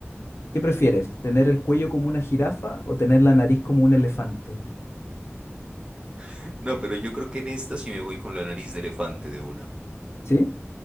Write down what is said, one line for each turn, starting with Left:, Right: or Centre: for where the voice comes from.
Left: ¿qué prefieres? ¿Tener el cuello como una jirafa o tener la nariz como un elefante?
Right: <laughs> No, pero yo creo que en esta sí me voy con la nariz de elefante de una.
Left: ¿Sí?